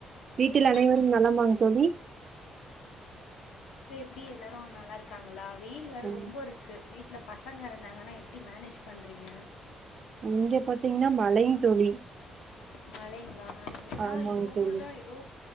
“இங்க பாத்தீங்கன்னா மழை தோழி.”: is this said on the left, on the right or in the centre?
Right